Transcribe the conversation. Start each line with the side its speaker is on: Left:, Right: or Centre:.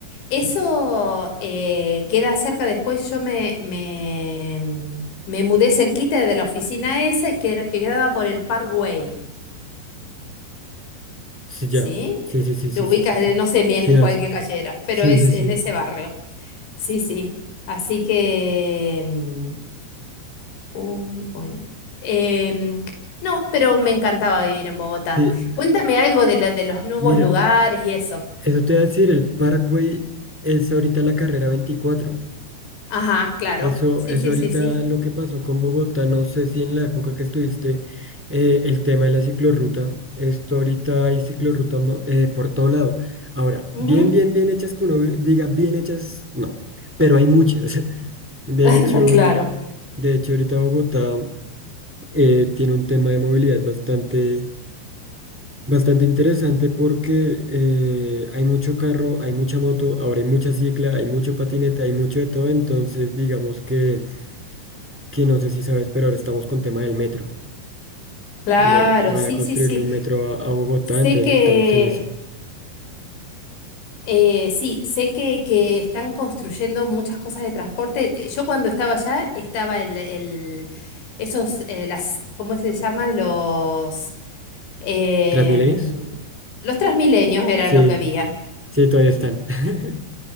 Left: eso eh, queda cerca. Después yo me, me, mm, me mudé cerquita de la oficina esa y que, era- que quedaba por el Parkway,
Centre: Sí,
Left: ¿sí?
Centre: ya. Sí,
Left: Eh,
Centre: sí, sí,
Left: Te
Centre: sí,
Left: ubicas,
Centre: sí, sí,
Left: eh,
Centre: sí.
Left: no sé bien
Centre: Sí, más.
Left: cuál qué calle era,
Centre: Sí,
Left: pero es
Centre: sí, sí.
Left: en ese barrio. Sí, sí. Así que, mm, uy, bueno. Em, no, pero me encantaba vivir en Bogotá.
Centre: Sí,
Left: Cuéntame algo de, la- de los nuevos
Centre: mira,
Left: lugares y eso.
Centre: eso te voy a decir, el Parkway es ahorita la carrera veinticuatro
Left: Ajá, claro.
Centre: Eso,
Left: Sí,
Centre: eso
Left: sí,
Centre: ahorita
Left: sí, sí.
Centre: lo que pasó con Bogotá, no sé si en la época que estuviste, eh, el tema de la ciclorruta, esto ahorita hay ciclorruta mo- eh, por todo lado. Ahora,
Left: Ujú.
Centre: bien, bien, bien hechas que uno diga bien hechas, no, pero hay muchas. <laughs> De
Left: <laughs>
Centre: hecho,
Left: Claro,
Centre: de hecho ahorita Bogotá eh, tiene un tema de movilidad bastante, bastante interesante porque eh, hay mucho carro, hay mucha moto, ahora hay mucha cicla, hay mucho patineta, hay mucho de todo, entonces digamos que, que no sé si sabes, pero ahora estamos con tema del metro.
Left: claro,
Centre: Le, van
Left: sí,
Centre: a construirle
Left: sí, sí.
Centre: un metro a, a Bogotá,
Left: Sé
Centre: entonces
Left: que,
Centre: estamos en eso.
Left: eh, sí, sé que, que están construyendo muchas cosas de transporte. Eh, Yo cuando estaba allá estaba el, el- esos, eh, las, ¿cómo se llaman? Los, em,
Centre: ¿Transmilenios?
Left: los Transmilenios era
Centre: Sí,
Left: lo que había.
Centre: sí, todavía están. <laughs>